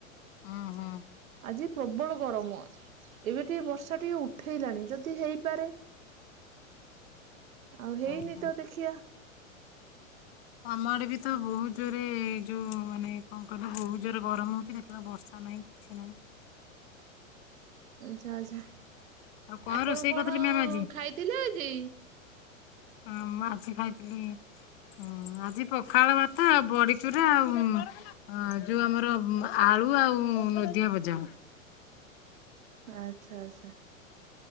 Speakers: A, on the left; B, on the right.
A: ଉଁ ହୁଁ
B: ଆଜି ପ୍ରବଳ ଗରମ। ଏବେ ଟିକେ ବର୍ଷା ଟିକେ ଉଠେଇଲାଣି, ଯଦି ହେଇପାରେ? ଆଉ ହେଇନି
A: ହଁ ହଁ।
B: ତ ଦେଖିବା <inaudible>
A: ଆମ ଆଡେ ବି ତ ବହୁତ ଜୋରରେ, ଯୋଉ ମାନେ କଣ କହିଲ ବହୁତ ଜୋରେ ଗରମ ହଉଛି, ଦେଖିଲା ବର୍ଷା ନାହିଁ। ଛି ନାହିଁ।
B: ଆଛା ଆଛା,
A: ଆଉ କଣ
B: ଆପଣ
A: ରୋଷେଇ
B: କଣ
A: କରିଥିଲି ମ୍ୟାମ୍ ଆଜି?
B: ଖାଇଥିଲେ ଆଜି?
A: ହଁ ମୁଁ ଆଜି ଖାଇଥିଲି ହଁ ଆଜି ପଖାଳ ଭାତ ଆଉ ବଡିଚୁରା ଆଉ ହଁ ଯୋଉ ଆମର ଆଳୁ ଆଉ ନଦିଆ ଭଜା।
B: ଆଛା ଆଛା।